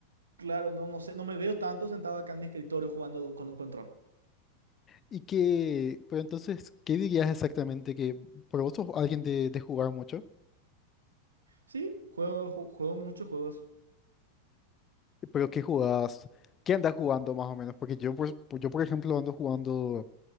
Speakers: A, on the right; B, on the left.
A: Claro, no, no sé, no me veo tanto sentado acá en mi escritorio jugando de un- con un control.
B: Y que, pero entonces, ¿qué dirías exactamente que, por vos sos alguien de, de jugar mucho?
A: Sí, juego, ju- juego muchos juegos.
B: ¿Pero qué jugás? ¿Qué andas jugando más o menos? Porque yo, por, yo, por ejemplo, ando jugando